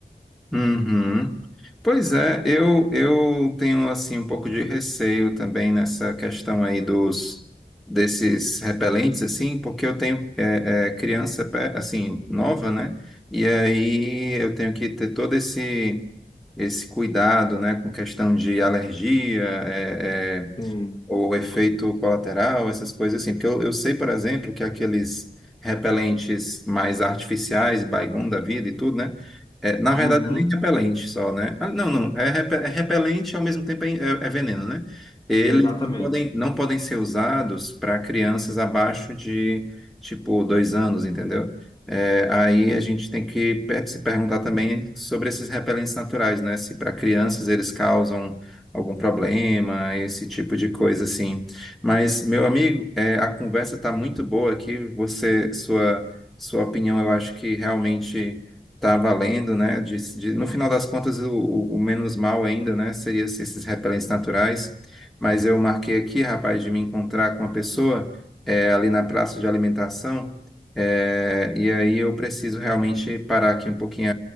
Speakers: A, in the centre; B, on the left.
A: Uhum. Pois é, eu, eu tenho assim um pouco de receio também nessa questão aí dos desses repelentes assim, porque eu tenho é, é, criança pe- assim nova, né? E aí eu tenho que ter todo esse esse cuidado, né, com questão de alergia, é, é,
B: Sim.
A: ou efeito colateral, essas coisas assim. Porque eu, eu sei, por exemplo, que aqueles repelentes mais artificiais, Baygon da vida e tudo, né? É, na verdade,
B: Uhum.
A: nem repelente só, né? Ah, não, não. É, repe- é repelente ao mesmo tempo é, é- é veneno, né? Eles
B: Exatamente.
A: não podem, não podem ser usados para crianças abaixo de, tipo, dois anos, entendeu? É, aí a gente tem que per- se perguntar também sobre esses repelentes naturais, né? Se para crianças eles causam algum problema, esse tipo de coisa assim. Mas, meu amigo, é, a conversa está muito boa aqui. Você, sua, sua opinião, eu acho que realmente está valendo, né? De- de- no final das contas, o, o- o menos mal ainda, né? Seria se esses repelentes naturais. Mas eu marquei aqui, rapaz, de me encontrar com uma pessoa é, ali na praça de alimentação. É, e aí eu preciso realmente parar aqui um pouquinho